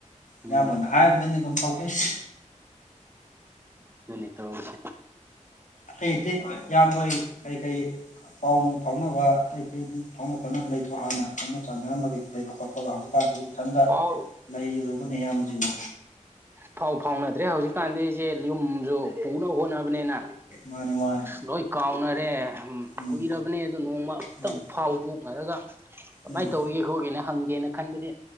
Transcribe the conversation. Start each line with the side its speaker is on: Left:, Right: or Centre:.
Right: ꯎꯝ
Left: ꯏꯌꯥꯝꯕꯅ ꯍꯥꯏꯕꯗꯅꯤ ꯑꯗꯨꯝ ꯇꯧꯗꯣꯏꯁꯦ
Right: ꯑꯗꯨꯅꯤꯠꯇꯁ
Left: ꯀꯩꯇꯩ ꯌꯥꯝꯕꯣꯏ ꯀꯔꯤ ꯀꯔꯤ ꯄꯥꯎ ꯅꯨꯡ ꯐꯥꯎꯅꯕ ꯑꯇꯩ ꯑꯇꯩ ꯐꯥꯎꯅ ꯈꯣꯠꯅꯕ ꯂꯩꯇ꯭ꯔꯣ ꯍꯥꯟꯅ ꯐꯥꯎꯅ ꯆꯥꯟꯅꯔꯝꯕꯒꯤ ꯂꯩ ꯈꯣꯠꯄꯒ ꯍꯧꯖꯤꯛꯀꯥꯟꯁꯤ ꯏꯊꯟꯇ
Right: ꯄꯥꯎ
Left: ꯂꯩꯔꯨꯔꯕꯅꯤ ꯏꯌꯥꯝꯕꯁꯤꯕꯨ
Right: ꯐꯥꯎ ꯐꯥꯎꯅꯗ꯭ꯔꯦ ꯍꯧꯖꯤꯛꯀꯥꯟꯗꯤꯁꯦ ꯌꯨꯝꯁꯨ ꯄꯨꯅꯕ ꯍꯣꯠꯅꯕꯅꯤꯅ
Left: ꯃꯥꯅꯦ ꯃꯥꯅꯦ
Right: ꯂꯣꯏ ꯀꯥꯎꯅꯔꯦ
Left: ꯎꯝ
Right: ꯀꯨꯏꯔꯕꯅꯦ ꯑꯗ ꯅꯣꯡꯃ ꯨꯛꯇꯪ
Left: ꯎꯝ
Right: ꯐꯥꯎꯗꯣꯛꯅꯔꯒ ꯀꯃꯥꯏꯅ
Left: ꯎꯝ
Right: ꯇꯧꯔꯤꯒꯦ ꯈꯣꯠꯒꯦꯅ ꯍꯪꯒꯦꯅ ꯈꯟꯕꯗꯤ